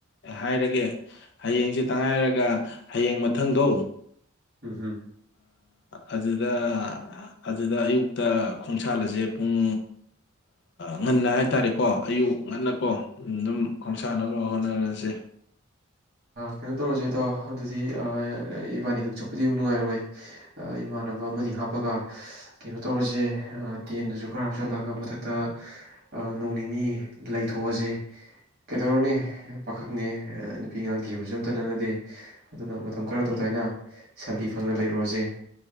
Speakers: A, on the left; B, on the right.
A: ꯍꯥꯏꯔꯒꯦ ꯍꯌꯦꯡꯁꯦ ꯇꯉꯥꯏꯔꯒ ꯍꯌꯦꯡ ꯃꯊꯪꯗꯣ
B: ꯍꯝ ꯍꯝ
A: ꯑꯗꯨꯗ ꯑꯗꯨꯗ ꯑꯌꯨꯛꯇ ꯈꯣꯡꯁꯥꯜꯂꯁꯦ ꯄꯨꯡ ꯉꯟꯅ ꯍꯥꯏꯇꯥꯔꯦꯀꯣ ꯑꯌꯨꯛ ꯉꯟꯅꯀꯣ ꯑꯗꯨꯝ ꯈꯣꯡꯁꯥꯟꯅꯕ ꯍꯣꯠꯅꯔꯁꯦ
B: ꯀꯩꯅꯣ ꯇꯧꯔꯁꯦꯗꯣ ꯑꯗꯨꯗꯤ ꯏꯕꯥꯅꯤꯒꯛ ꯆꯠꯄꯗꯤ ꯅꯨꯡꯉꯥꯏꯔꯣꯏ ꯏꯃꯥꯟꯅꯕ ꯑꯃꯅꯤ ꯍꯥꯞꯄꯒ ꯀꯩꯅꯣ ꯇꯧꯔꯁꯦ ꯇꯦꯟꯗꯨꯁꯨ ꯈꯔ ꯍꯥꯞꯆꯤꯜꯂꯒ ꯃꯊꯛꯇ ꯅꯣꯡ ꯅꯤꯅꯤ ꯂꯩꯊꯣꯛꯑꯁꯦ ꯀꯩꯗꯧꯔꯅꯦ ꯄꯥꯈ ꯅꯦ ꯅꯨꯄꯤ ꯑꯉꯥꯡ ꯊꯤꯕꯁꯨ ꯑꯝꯇꯅꯅꯗꯦ ꯑꯗꯨꯅ ꯃꯇꯝ ꯈꯔ
A: ꯎꯝ
B: ꯑꯗꯨ ꯇꯥꯏꯅ ꯁꯥꯟꯇꯤ ꯐꯪꯅ ꯂꯩꯔꯨꯔꯁꯦ